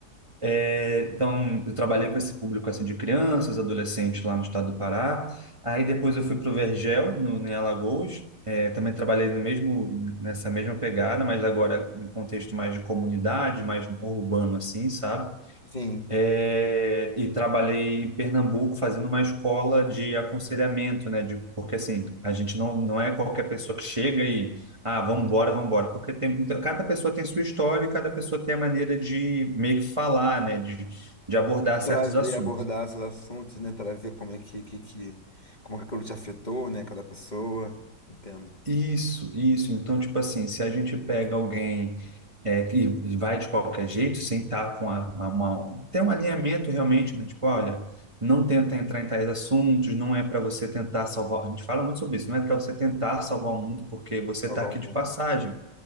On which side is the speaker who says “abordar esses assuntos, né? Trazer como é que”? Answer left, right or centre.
Left